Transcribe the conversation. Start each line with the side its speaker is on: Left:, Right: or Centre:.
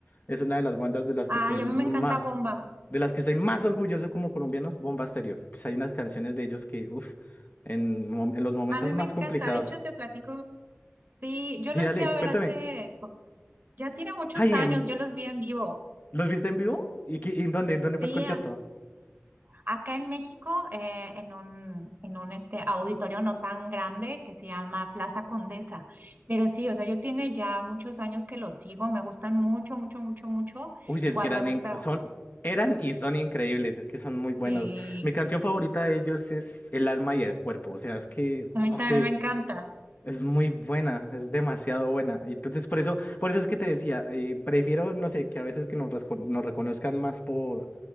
Left: es una de las bandas de las
Right: Ay,
Left: que estoy
Right: a
Left: más,
Right: mí me encanta Bomba.
Left: de las que estoy más orgulloso como colombianos, Bomba Estéreo. Pues hay unas canciones de ellos que, uff, en, mom- en los momentos
Right: A mí
Left: más
Right: me encanta.
Left: complicados.
Right: De hecho, te platico, sí, yo
Left: Sí,
Right: los
Left: dale,
Right: fui a ver
Left: cuéntame.
Right: hace, ya tiene muchos
Left: Ay,
Right: años,
Left: em,
Right: yo los vi en vivo.
Left: ¿los viste en vivo? ¿Y, qué- y en dónde? ¿En dónde
Right: Sí,
Left: fue el concierto?
Right: Acá en México, eh, en un, en un este, auditorio no tan grande que se llama Plaza Condesa. Pero sí, o sea, yo tiene ya muchos años que lo sigo, me gustan mucho, mucho, mucho, mucho.
Left: Uy,
Right: Igual
Left: es que eran,
Right: me gusta,
Left: inc- son, eran y son increíbles, es que son muy
Right: sí,
Left: buenos. Mi canción favorita de ellos es El alma y el cuerpo, o sea, es que,
Right: a mí
Left: no
Right: también
Left: sé,
Right: me encanta.
Left: es muy buena, es demasiado buena. Y entonces, por eso, por eso es que te decía, eh, prefiero, no sé, que a veces que nos, resco- nos reconozcan más por,